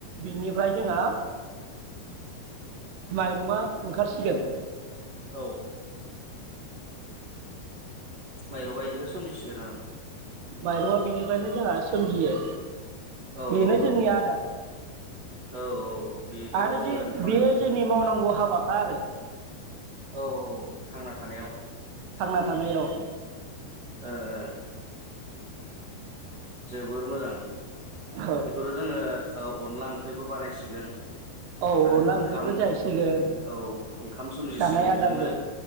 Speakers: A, on the right; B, on the right.
A: बिनिफ्राय जोंहा माइरंआ ओंखारसिगोन।
B: औ माइरंआ इदिबा सोमजिसिगोन ओं
A: माइरंआ बिनिफ्रायनो जोंहा सोमजियो
B: ओं
A: बेनो
B: औ
A: जोंनि आदार
B: औ औ बेखौनो
A: आरो
B: जोङो
A: जे
B: ओंखाम
A: बेयो जोंनि मावनांगौ हाब बाखा आरो
B: औ औ थांना थानायाव
A: थांना थानायाव
B: ओ ओ जोबोर मोजां।
A: औ
B: बेखौथ' जोङो औ अनला ओंख्रिबो बानायसिगोन
A: औ
B: आरो
A: अनला
B: ओंखाम
A: ओंख्रिबो जाहैसिगोन
B: औ ओंखाम सोमजिसिगोन
A: जानाय आदारबो
B: बेजोंनो